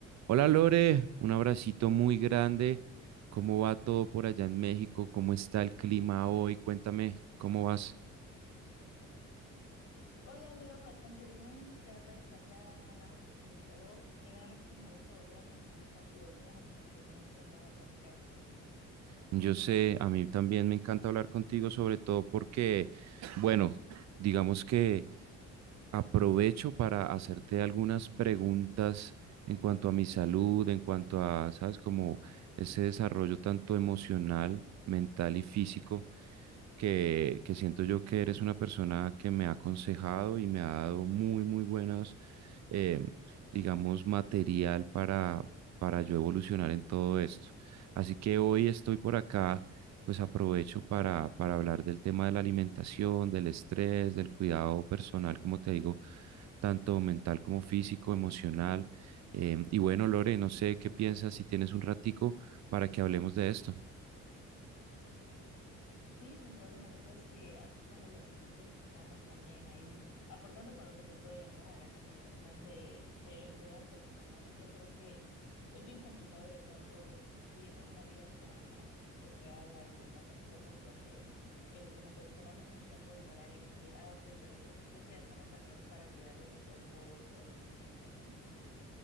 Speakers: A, on the right; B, on the left.
A: Hola Lore, un abracito muy grande. ¿Cómo va todo por allá en México? ¿Cómo está el clima hoy? Cuéntame, ¿cómo vas?
B: Hola Leo, bastante bien. La verdad es que acá andamos con mucho calor y me da muchísimo gusto volver a coincidir contigo. Qué bueno que nos pudimos sentar a platicar otro rato.
A: Yo sé, a mí también me encanta hablar contigo, sobre todo porque, bueno, digamos que aprovecho para hacerte algunas preguntas en cuanto a mi salud, en cuanto a, ¿sabes? Como ese desarrollo tanto emocional, mental y físico que, que siento yo que eres una persona que me ha aconsejado y me ha dado muy, muy buenos, eh, digamos, material para, para yo evolucionar en todo esto. Así que hoy estoy por acá, pues aprovecho para, para hablar del tema de la alimentación, del estrés, del cuidado personal, como te digo, tanto mental como físico, emocional. Em, y bueno, Lore, no sé qué piensas si tienes un ratico para que hablemos de esto.
B: Sí, sin problema. Ya sabes que aquí cuando lo necesites estamos también ahí aportando con lo que se puede, ¿no? A la conversación de, del cuidado personal. Yo creo que es bien complicado de pronto viviendo en una vida tan ajetreada y con tantas cosas que hacer, el como que tomarnos un tiempo y parar y decir, ah, ok, pero ¿qué, qué estoy haciendo también para cuidar de mi cuerpo o de mi mente, ¿no?